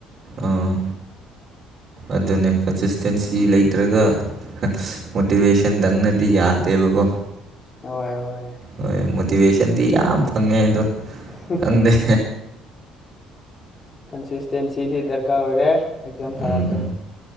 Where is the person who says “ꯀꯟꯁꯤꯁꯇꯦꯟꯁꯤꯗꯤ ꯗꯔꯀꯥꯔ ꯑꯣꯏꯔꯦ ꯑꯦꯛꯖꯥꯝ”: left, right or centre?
Left